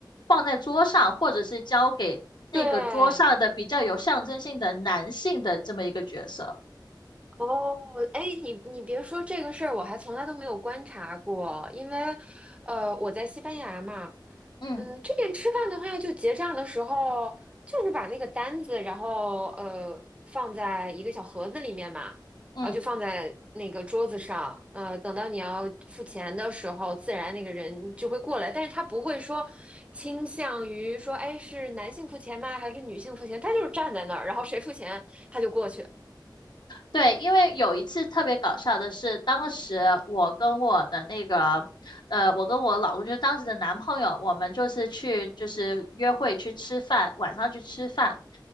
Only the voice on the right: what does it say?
对，哦，哎，你你别说这个事儿，我还从来都没有观察过，因为呃，我在西班牙嘛，
嗯，这边吃饭的话，就结账的时候，就是把那个单子，然后呃放在一个小盒子里面嘛，
然后就放在那个桌子上，呃，等到你要付钱的时候，自然那个人就会过来，但是他不会说倾向于说，哎，是男性付钱吗？还是女性付钱？他就是站在那儿，然后谁付钱他就过去。